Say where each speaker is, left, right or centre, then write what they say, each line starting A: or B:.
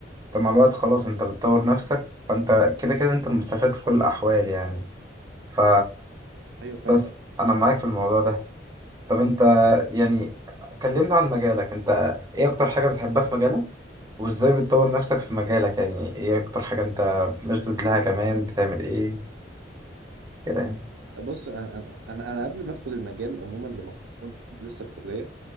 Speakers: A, on the right; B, on the right.
A: انت مع الوقت خلاص انت بتطور نفسك فانت كده كده انت المستفاد في كل الاحوال يعني ف
B: ايوه فعلا
A: بس انا معاك في الموضوع ده طب انت يعني
B: يعني
A: كلمنا عن مجالك انت ايه اكتر حاجة بتحبها في مجالك وازاي بتطور نفسك في مجالك يعني ايه اكتر حاجة انت مشدود لها كمان بتعمل ايه كده يعني
B: بص انا انا انا أنا قبل ما ادخل المجال عموما لما كنت لسه في كليه